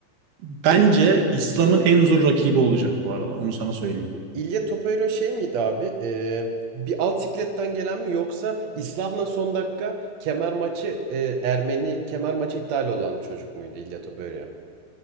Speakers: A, on the right (about 90°); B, on the right (about 50°).
A: bence İslam'ın en zor rakibi olacak bu arada. Onu sana söyleyeyim.
B: İlya Topuero şey miydi abi? Ee, bir alt sikletten gelen mi yoksa İslam'la son dakika kemer maçı e, Ermeni kemer maçı iptal olan çocuk muydu İlya Topuero?